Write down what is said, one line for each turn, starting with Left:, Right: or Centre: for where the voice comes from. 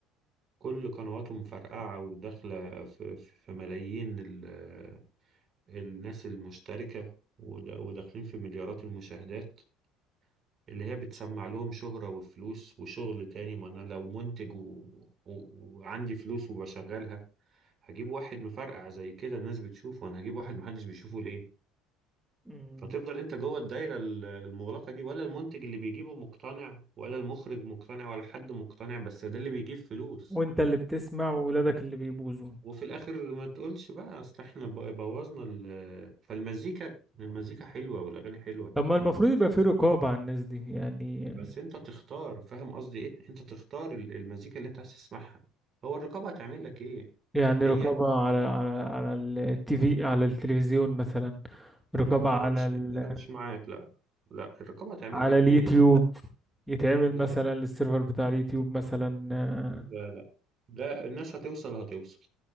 Right: كل قنواته مفرقعه وداخله في, في ملايين ال- الناس المشتركه ود- وداخلين في مليارات المشاهدات اللي هي بتسمع لهم شهره وفلوس وشغل تاني ما انا لو منتج و... و... وعندي فلوس وبشغلها هجيب واحد مفرقع زي كده الناس بتشوفه انا هجيب واحد محدش بيشوفه ليه
Centre: مم.
Right: فتفضل انت جوه الدايره ال- المغلقه دي ولا المنتج اللي بيجيبه مقتنع ولا المخرج مقتنع ولا حد مقتنع بس ده اللي بيجيب فلوس
Centre: وانت اللي بتسمع وولادك اللي بيبوظوا
Right: وفي الاخر ما تقولش بقى اصل احنا ب- بوظنا ال- فالمزيكا المزيكا حلوه والاغاني حلوه
Centre: طب ما المفروض
Right: بس
Centre: يبقى
Right: انت
Centre: في رقابه على الناس دي يعني
Right: بس انت تختار فاهم قصدي ايه انت تختار ال- المزيكا اللي انت عايز تسمعها هو الرقابه هتعمل لك ايه
Centre: يعني
Right: هي
Centre: رقابة على على على التي في على التلفزيون مثلا
Right: لا
Centre: رقابة
Right: لا
Centre: على
Right: انا مش
Centre: ال...
Right: انا مش معاك لا لا الرقابه هتعمل
Centre: على
Right: لك
Centre: اليوتيوب
Right: ايه انت
Centre: يتعمل
Right: لا
Centre: مثلا
Right: لا
Centre: للسيرفر بتاع اليوتيوب مثلا آه،
Right: لا لا لا الناس هتوصل هتوصل